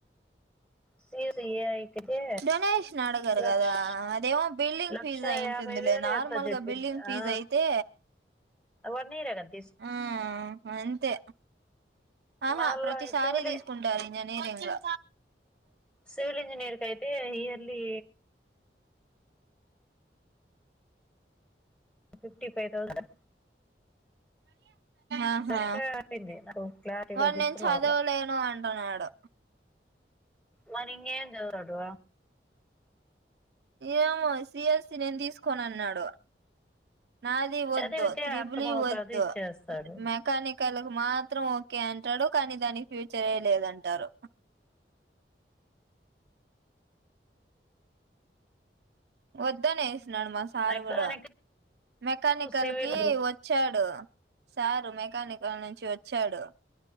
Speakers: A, in the centre; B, on the right.
A: సి ఎస్ ఏ కి యితే
B: డొనేషన్ అడగరు
A: లక్ష్
B: కదా అదేమో బిల్డింగ్
A: లక్షయాభై
B: ఫీజ్ అయింటుందిలే
A: వేలు
B: నార్మల్
A: చెప్పంది
B: గా బిల్డింగ్ ఫీజ్
A: ఆ
B: అయితే
A: వన్ ఇయర్ కద్
B: ఆ అంతే ఆహా
A: మళ్ళా
B: ప్రతిసారి
A: సివిల్
B: తీసుకుంటారు ఇంజనీరింగ్ లో
A: సివిల్ ఇంజనీర్ కయితే ఇయర్లీ ఫిఫ్టీ ఫైవ్ థౌసండ్
B: ఆహా
A: లక్ష చెప్పింది నాకు క్లారిటీగా
B: వాడు
A: గుర్తు
B: నేను చదవలేను
A: రావట్లే
B: అంటున్నాడు
A: మరింగ్ ఏం చదతాడు
B: ఏమో సిఎస్ఈ నేను తీసుకోను అన్నాడు నాది వద్దు
A: చదివితే
B: త్రిబులి
A: అర్థమవుతాది
B: వద్దు
A: ఇచ్చేస్తాడు
B: మెకానికల్లకు మాత్రం ఒ ఓకే అంటాడు కానీ దానికి ఫ్యూచరే లేదంటారు వద్దనే ఏసినడు మా సారు
A: మెకానికల్
B: కూడా మెకానికల్
A: సివిల్
B: కి వద్ వచ్చాడు సారు మెకానికల్ నుంచి వచ్ చ్చాడు